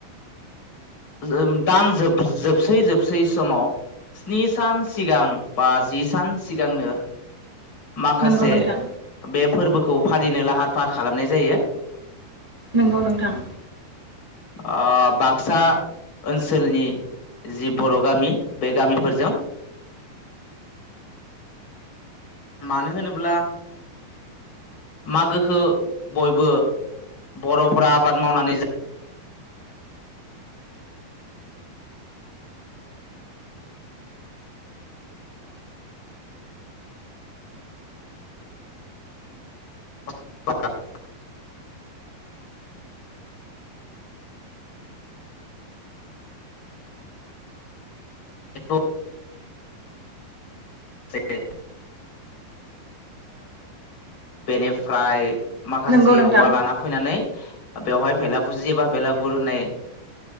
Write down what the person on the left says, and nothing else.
जोम दान जोब-जोबसै जोबसै समाव स्नि सान सिगां बा जि सान सिगांनो माखासे
बे फोरबोख खौ फालिनो लाहार फाहार खालामनाय जायो।
आ बाक्सा ओनसोलनि जि बर' गामि बे गामिफोरजों मानो होनोब्ला मागोखौ बयबो बर'फोरा आबाद मावनानै जा <unintelligible> बेथ' <unintelligible> बेनिफ्राय माखासे
औवा लाना फैनानै बेवहाय भेलाबुजि एबा भेलागुर होननाय